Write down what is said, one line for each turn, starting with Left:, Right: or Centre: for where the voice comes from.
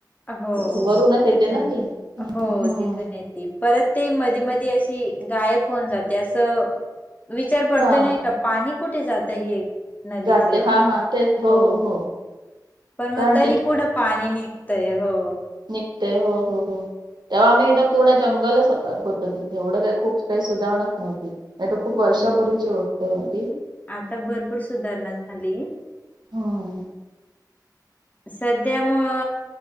Left: हो
Right: तिथे वरूनच येते
Left: तिथून
Right: ना ती. हम्म
Left: हो
Right: हम्म
Left: तिथून येते परत ते मधी मधी अशी गायब होऊन जाते असं विचार पडतो
Right: हा
Left: नाही का पाणी कुठे जात हे. नदीच
Right: जाते
Left: हो,
Right: हा हा तेच हो हो
Left: पण
Right: कारण
Left: मग तरी पुढं पाणी निघतय हो.
Right: निघतय हो हो हो. तेव्हा आम्ही एकदा पूर्ण जंगलच होत तिथे एवढं काही खूप काही सुधारणाच नव्हती. नाही आता खूप
Left: हम्म
Right: वर्षापूर्वीची गोष्ट होती.
Left: आता भरपूर सुधारणा झाली
Right: हम्म
Left: सध्यामुळ